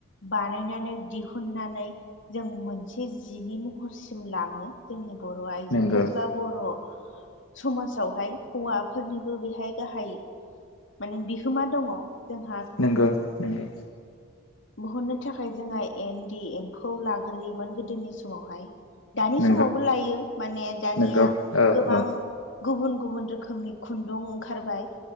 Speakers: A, on the left; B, on the left.
A: बानायनानै दिहुननानै जों मोनसे जिनि महरसिम लाङो जोंनि बर आइजोफोर
B: नंगौ
A: बा बर' समाजावहाय हौवाफोरनिबो बेहाय गाहाय माने बिहोमा दङ जोंह
B: नोंगौ नोंगौ
A: बहननो थाखाय जोङो एन्दि एम्फौ लाग्रोयोमोन गोदोनि समावहाय दानि
B: नंगौ
A: समावबो लायो माने दानिया
B: नंगौ औ
A: गोबां
B: औ
A: गुबुन गुबुन रोखोमनि खुन्दुं ओंखारबाय